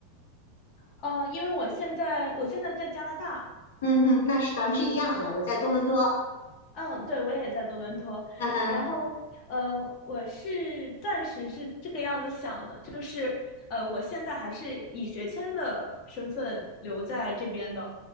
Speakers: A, on the left; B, on the left.
A: 呃，因为我现在我现在在加拿大，
B: 嗯嗯，那是咱们是一样的。我在多伦多，
A: 嗯，对，我也在多伦多，
B: 嗯嗯
A: 然后，呃，我是暂时是这个样子想的，就是，呃，我现在还是以学签的身份留在这边的，